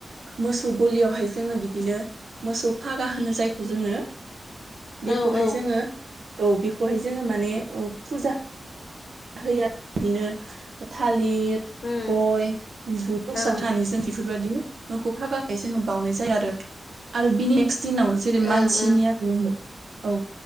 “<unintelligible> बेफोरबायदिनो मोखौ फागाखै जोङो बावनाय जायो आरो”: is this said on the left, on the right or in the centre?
Right